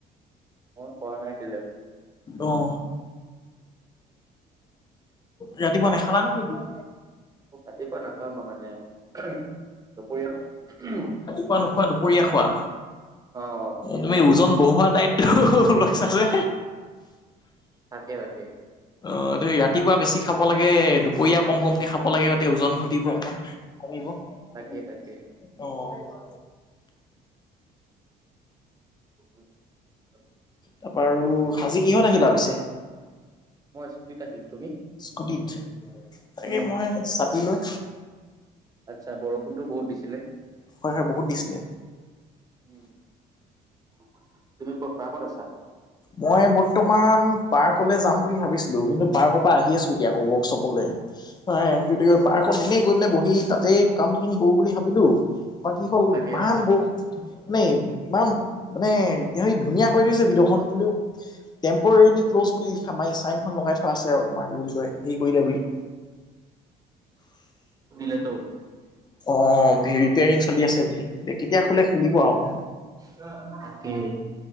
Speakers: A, on the right (about 20°); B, on the left (about 25°).
A: মই কৰা নাই <unintelligible>
B: অ'। ৰাতিপুৱা নেখালা নে কি?
A: <unintelligible> ৰাতিপুৱা নাখাওঁ মানে দুপৰীয়া খাওঁ।
B: খোৱা নোখোৱা দুপৰীয়া খোৱা?
A: অ'।
B: তুমি ওজন বঢ়োৱা দায়িত্ব লৈছা যে?
A: তাকে তাকে।
B: অ', এই ৰাতিপুৱা বেছি খাব লাগে। দুপৰীয়া কম কমকে খাব লাগে ওজন ঘটিব অকণমান। <inaudible>
A: তাকে তাকে।
B: অ'।
A: <inaudible>
B: তাৰপা আৰু সাজি কিহঁত আহিলা পিছে?
A: মই স্কুটিত আহিলো, তুমি?
B: স্কুটিত,
A: উম
B: এ মই চাটি লৈ।
A: আটচ্ছা বৰষুণতো বহুত দিছিলে?
B: হয়, হয়, বহুত দিছিলে।
A: <unintelligible> তুমি ক'ত পাৰ্কত আছা?
B: মই বৰ্তমান পাৰ্কলৈ যাম বুলি ভাবিছিলো কিন্তু পাৰ্ক পা আহি আছোঁ এতিয়া আকৌ ৱৰ্কশ্বপলে। নাই <unintelligible> পাৰ্কত
A: আচ্ছা
B: এনেই গৈ পিনে বহি তাতে কাম খিনি কৰো বুলি ভাবিলো কি হ'ল
A: তাকে
B: ইমান
A: তাকে
B: বৰষুণ। মানে ইমান মানে হেৰি ধুনীয়া কৰি থৈছে ভিতৰ খন কিন্তু টেম্পৰেলি ক্ল'জ বুলি লিখা <unintelligible> চাইনখন লগাই থোৱা আছে আৰু তোমাৰ <unintelligible> হেৰি কৰিলে বুলি।
A: দিলেতো।
B: অ ৰিপেয়াৰং চলি আছে বুলি কেতিয়া খলে খুলিব আৰু ত।
A: তাকে।